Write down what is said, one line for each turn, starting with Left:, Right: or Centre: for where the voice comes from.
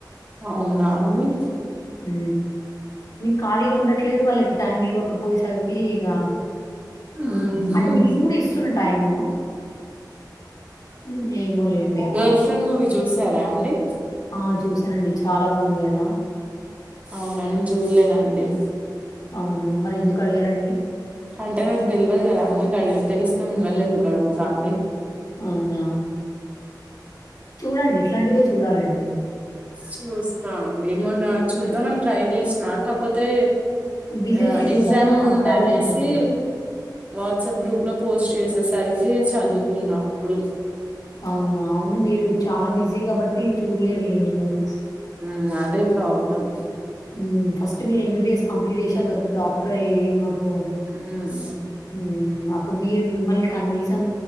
Right: అవునా అండి
Left: ఊ నేన్ ఖాళీగా ఉండట్లేదు వాళ్ళకి టైం ఇవ్వకపోయేసరికి ఇగ
Right: ఉహు
Left: అంటే నేన్ కూడా ఇసునా టైము ఊ ఏమోలేండి ఇగ
Right: గర్ల్ ఫ్రెండ్ మూవీ చూసారా అండి
Left: ఆ చూసానండి చాలా బాగుంది కదా
Right: అవున నేన్ చూలేదండి
Left: అవునా మరి ఎందుకు అడిగారండి
Right: అంటే నాకు తెల్వదు కదా అందుకే అడిగా తెలుస్తే మిమ్మల్ని ఎందుకు అడుగుతా అండి
Left: అవునా చూడండి ఇట్లాంటివే చూడాలండి
Right: చూస్తా అండి మొన్న చూద్దాం అన్ ట్రై చేసిన కాకపోతే
Left: బిజీ
Right: ఆ
Left: షెడ్యూల్
Right: ఎగ్జామ్
Left: వల్ల
Right: ఉందనేసి
Left: కాలేదనుకుంటా.
Right: వాట్సాప్ గ్రూప్ ల పోస్ట్ చేసేసరికి చదువుకున్న అప్పుడు
Left: అవునా అవును మీరు చాలా బిజీ కాబట్టి చూడ్లేరులేండి మూవీస్
Right: హ్మ్ అదే ప్రాబ్లం
Left: హ్మ్ ఫస్ట్ మీర్ ఎంబీబీఎస్ కంప్లీట్ చేసి ఆ తర్ డాక్టర్ అయి మాకు
Right: మ్మ్
Left: హ్మ్ అప్పుడు మీర్ మిమల్ని కనీసం